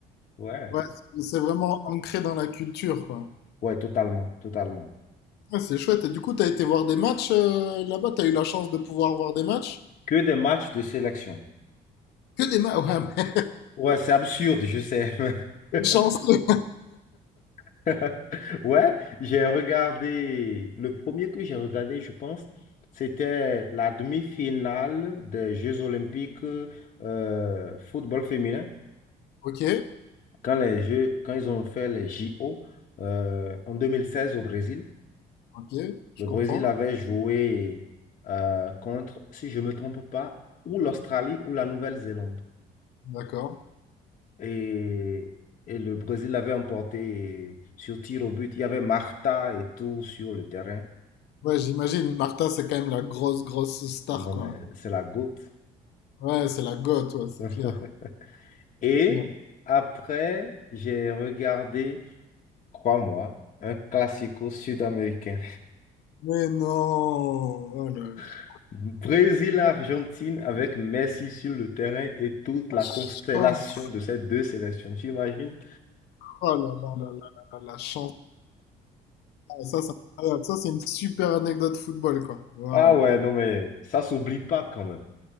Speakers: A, on the left (about 45°); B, on the left (about 80°).
A: Ouais.
B: Ouais, c'est c'est vraiment ancré dans la culture, quoi.
A: Ouais, totalement, totalement.
B: Ouais, c'est chouette. Et du coup, t'as été voir des matchs euh, là-bas? T'as eu la chance de pouvoir voir des matchs?
A: Que des matchs de sélection.
B: Que des matchs? Ouais,
A: Ouais, c'est absurde, je sais. <laughs>
B: chanceux.
A: <laughs> Ouais, j'ai regardé, le premier que j'ai regardé, je pense, c'était la demi-finale des Jeux Olympiques euh, football féminin,
B: Ok,
A: quand les Jeux, quand ils ont fait les JO euh, en 2016 au Brésil.
B: ok, je
A: Le Brésil
B: comprends.
A: avait joué euh, contre, si je ne me trompe pas, ou l'Australie ou la Nouvelle-Zélande.
B: D'accord.
A: Et, et le Brésil avait emporté sur tir au but. Il y avait Marta et tout sur le terrain.
B: Ouais, j'imagine, Martha, c'est quand même la grosse, grosse star,
A: Non,
B: quoi.
A: mais c'est la goutte.
B: Ouais, c'est la goth, ouais, c'est
A: <laughs>
B: clair,
A: Et
B: c'est clair.
A: après, j'ai regardé, crois-moi, un classico sud-américain.
B: Mais non! Oh là là,
A: <laughs> Brésil-Argentine avec Messi sur le terrain et toute
B: la
A: la
B: chance!
A: constellation de ces deux sélections, tu imagines?
B: Oh là là là là là là, la chance! Ah, ça, c'est incroyable. Ça, c'est une super anecdote football, quoi. Waouh!
A: Ah ouais, non, mais ça s'oublie pas quand même.